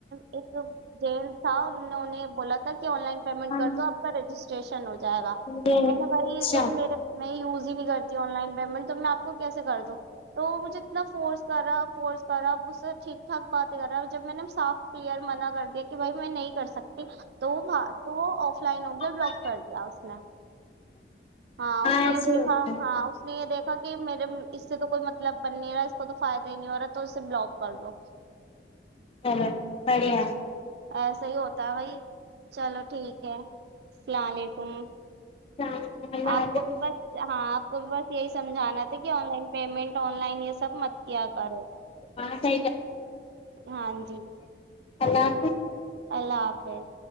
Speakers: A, on the right; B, on the left.
A: ایک جین تھا ان نے انہیں بولا تھا آن لائن پیمنٹ
B: ہاں
A: کر دو آپ کا رجسٹریشن ہو جائے گا
B: جی
A: میں نے بھائی
B: اچھا
A: جب میر میں یوز نہیں کرتی آن لائن پیمنٹ تم آ کو کیسے کر دووں تو مجھے اتنا فورس کرا فورس کرا ب سے ٹھیک ٹھاک باتیں کر رہا جب میں نے صاف پلیئر منع کر دیا کہ بھائی میں نہیں کر سکتا تو وہ تو وہ آف لائن ہو کے
B: ہاں
A: بلاک کر دیا اس نے ہاں اس نے
B: ایسے
A: یہ دیکھا
B: ہی ہوتا ہے
A: ہاں اس نے یہ دیکھا کہ میرے اس سے تو کوئی مطلب بن نہیں رہا ہے اس کو تو فائدہ ہی نہیں ہو رہا تو اسے بلاک کر لو
B: چلو بڑھیا
A: ایسا ہی ہوتا ہے بھائی چلو ٹھیک ہے اللام علیکم
B: اللہ حافظ
A: آپ کو بھی بس ہاں آپ کو بھی بس یہی سمجھانا تھا کہ online payment online سب مت کیا کرو
B: ہاںٹا
A: ہاں جی
B: اللہ حافظ
A: اللہ حافظ